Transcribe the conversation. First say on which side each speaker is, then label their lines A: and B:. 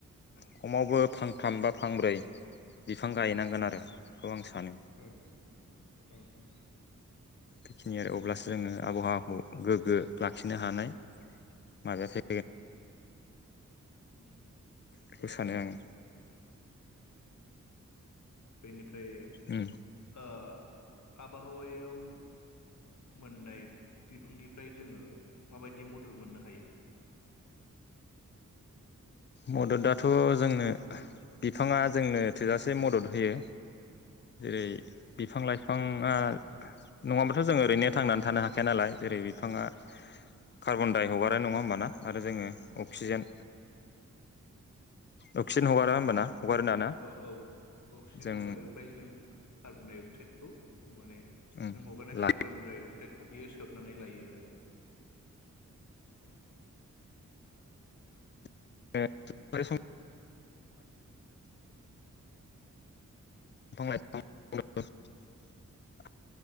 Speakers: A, on the left; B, on the left.
A: खमावबो फांथाम बा फांब्रै बिफां गायनांगोन आरोखौ आं सानो।
B: औ औ औ
A: बेखिनि आरो अब्लासो जोङो आबहावा खौ गोगो लाखिनो हानाय माबाया फै
B: <inaudible>
A: बेखौ
B: ओ
A: सानो आङो
B: बिनि ओमफ्राय
A: उम
B: ओ आब हायाव मोननाय बिफांनिफ्राय जोङो माबायदि मदद मोननो हायो?
A: मददाथ' जोंनो बिफाङा जोंनो थोजासे मदद होयो जेरै
B: औ
A: बिफां-लाइफ फांआ नङाबाथ' जों ओरैनो थांनानै थानो हाखाया नालाय जेरै बिफाङा कार्बन-डाइ हगारो नङा होमबाना आरो जोङो अक्सिजेन अक्सिजेन हगारा
B: औ
A: होमबाना
B: औ
A: हगारो दाना
B: औ औ अक्सिजेन
A: जों
B: हगारो ओमफ्राय जों कार्बन डाइ अक्साइदखौ माने
A: उम
B: जों हगारनाय
A: ला
B: कार्बन डाइ अक साइद खौ बियो सोबनानै लायो आरो औ ओ
A: <unintelligible> बिफां लाइफां <unintelligible>